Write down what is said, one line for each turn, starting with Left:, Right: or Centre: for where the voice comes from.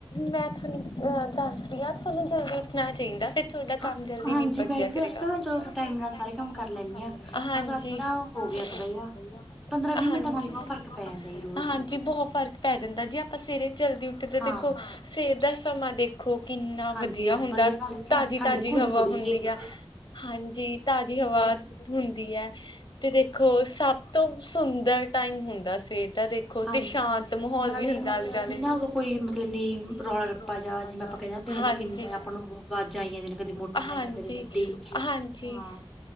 Left: ਮੈਂ ਥਾਨੂੰ, ਅ ਦੱਸਦੀ ਆਂ ਧੋਨੂੰ ਜਲਦੀ ਉੱਠਣਾ ਚਾਈਦਾ ਫੇਰ ਥੋਡਾ
Centre: ਹਾਂ
Left: ਕੰਮ ਜਲਦੀ
Centre: ਹਾਂਜੀ
Left: ਨਿਬੜ
Centre: ਮੈਂ
Left: ਜੇਆਂ
Centre: ਵੀ ਵੈਸੇ
Left: ਕਰੇਗਾ
Centre: ਤਾਂ ਨਾ
Left: <unintelligible>
Centre: ਚਲੋ ਟਾਈਮ ਨਾਲ ਸਾਰੇ ਕੰਮ ਕਰ ਲੈਂਦੀ ਹਾਂ
Left: ਹਾਂਜੀ।
Centre: ਬਸ ਅੱਜ ਨਾ
Left: <unintelligible> ਹਾਂਜੀ
Centre: ਹੋ ਗਿਆ ਥੋੜਾ ਜਿਹਾ ਪੰਦਰਾਂ ਵੀਹ ਮਿੰਟਾਂ ਨਾਲ ਹੀ
Left: <unintelligible>
Centre: ਬਹੁਤ ਫ਼ਰਕ ਪੈ ਜਾਂਦਾ ਜੀ ਰੋਜ਼
Left: ਹਾਂਜੀ। ਜੀ ਬਹੋ ਫਰਕ ਪੈ ਜਾਂਦਾ ਜੇ ਆਪਾਂ ਸਵੇਰੇ ਜਲਦੀ ਉੱਠਦੇ
Centre: ਹਾਂ
Left: ਦੇਖੋ, ਸਵੇਰ ਦਾ ਸਮਾਂ ਦੇਖੋ, ਈਨਾ
Centre: ਹਾਂਜੀ
Left: ਵਦੀਆ
Centre: ਵਧੀਆ
Left: ਹੁੰਦਾ,
Centre: ਨਾਲ
Left: ਤਾਜ਼ੀ-ਤਾਜ਼ੀ
Centre: ਠੰਡਕ
Left: ਹਵਾ
Centre: ਥੋੜ੍ਹੀ
Left: ਹੁੰਦੀ
Centre: ਜਿਹੀ
Left: ਆ, ਹਾਂਜੀ। ਤਾਜ਼ੀ ਹਵਾ,
Centre: ਜਿਵੇਂ
Left: ਹੁੰਦੀ ਐ, ਤੇ ਦੇਖ ਓ ਸਭ ਤੋਂ ਸੁੰਦਰ ਟਾਈਮ ਹੁੰਦਾ ਆ ਸਵੇਰ ਦਾ ਦੇ ਖੋਂ
Centre: ਹਾਂਜੀ
Left: ਤੇ ਸ਼ਾਂਤ ਮਾਹੌਲ
Centre: ਨਾਲੇ
Left: ਵੀ ਹੁੰਦਾ
Centre: ਮਤਲਬ
Left: ਆਲੇ-ਦਾਲੇ
Centre: ਵੀ ਨਾ ਉਦੋਂ
Left: <unintelligible>
Centre: ਕੋਈ ਮਤਲਬ ਨੀ ਰੌਲਾ ਰੱਪਾ ਜਾ ਜਿਵੇਂ ਆਪਾਂ ਕਹਿੰਦੇ ਦਿਨੇ
Left: ਹਾਂਜੀ
Centre: ਤਾਂ ਕਿੰਨੇ
Left: <unintelligible>
Centre: ਆਪਾਂ ਨੂੰ ਆਵਾਜ਼ਾਂ ਆਈ ਜਾਂਦੀਆਂ ਨੇ ਕਦੇ ਮੋਟਰਸਾਈਕਲ
Left: ਹਾਂਜੀ
Centre: ਕਦੇ ਗੱਡੀ
Left: <unintelligible> ਹਾਂਜੀ।
Centre: ਹਾਂ